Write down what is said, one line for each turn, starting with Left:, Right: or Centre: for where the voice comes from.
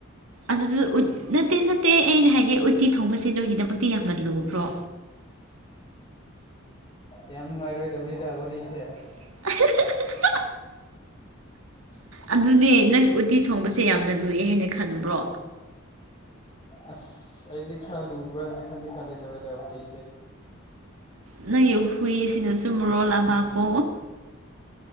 Right: ꯑꯗꯨꯗꯣ ꯎꯠ ꯅꯠꯇꯦ ꯅꯠꯇꯦ ꯑꯩꯅ ꯍꯥꯏꯗꯤ ꯎꯠ ꯇꯤ ꯊꯣꯡꯕꯁꯦ ꯅꯣꯏꯒꯤꯗꯃꯛꯇꯤ ꯌꯥꯝꯅ ꯂꯨꯕ꯭ꯔꯣ
Left: ꯌꯥꯝ ꯅꯨꯡꯉꯥꯏꯔꯣꯏꯗꯧꯔꯤꯗ ꯋꯥꯔꯤꯁꯦ
Right: UNINTELLIGIBLE ꯑꯗꯨꯅꯦ ꯅꯪ ꯎꯇꯤ ꯊꯣꯡꯕꯁꯦ ꯌꯥꯝꯅ ꯂꯨꯏꯌꯦ ꯍꯥꯏꯅ ꯈꯟꯕ꯭ꯔꯣ
Left: ꯑꯥꯁ ꯑꯩꯗꯤ ꯈꯔ ꯂꯨꯕ꯭ꯔꯣ ꯍꯥꯏꯅ ꯈꯟꯗꯤ- ꯈꯟꯂꯦ ꯇꯧꯋꯦꯗꯥꯎꯗꯤ
Right: UNINTELLIGIBLE ꯍꯨꯏꯁꯤꯅꯁꯨ ꯃꯔꯣꯟ ꯑꯃꯀꯣ